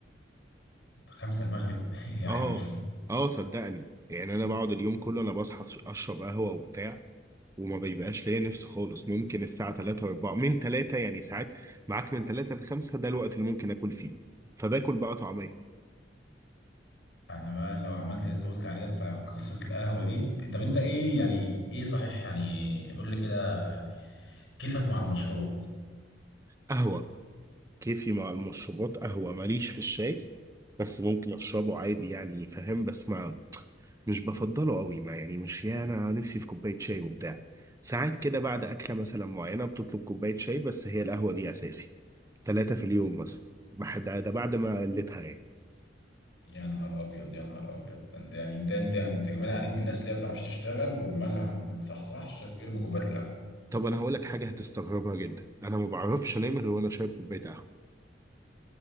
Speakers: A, on the left; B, on the right.
A: خمسة المغرب <laughs> يا عيني
B: اه اه صدقني يعني انا بقعد اليوم كله انا بصحى أش- اشرب قهوة وبتاع وما بيبقاش ليا نفس خالص ممكن الساعة 3 و4 من 3 يعني ساعات معاك من 3 ل 5 ده الوقت اللي ممكن اكل فيه فباكل بقى طعمية
A: انا بقى لو عملت اللي انت قلت عليه ده بتاع قصة القهوة دي انت طب انت ايه يعني ايه صحيح يعني قول لي كده كيفك مع المشروبات
B: قهوة كيفي مع المشروبات قهوة ماليش في الشاي بس ممكن أشربه عادي يعني فاهم بس ما مش بفضله قوي ما يعني مش يا أنا نفسي في كوباية شاي وبتاع ساعات كده بعد أكلة مثلا معينة بتطلب كوباية شاي بس هي القهوة دي أساسي ثلاثة في اليوم مثلا بح- ده ده بعد ما قلتها يعني
A: يا نهار ابيض يا نهار ابيض ده انت يعني انت انت يعني انت كمان عليك من الناس اللي هي ما بتعرفش تشتغل ودماغها ما بتصحصحش غير بكوبايه القهوه
B: طب أنا هقولك حاجة هتستغربها جدا أنا ما بعرفش أنام غير وأنا شارب كوباية قهوة